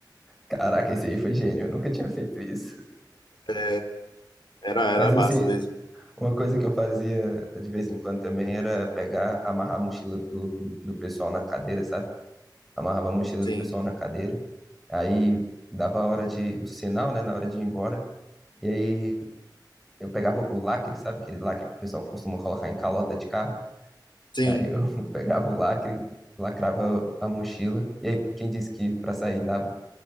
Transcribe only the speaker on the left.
É, era, era
massa
mesmo.
Sim,
sim.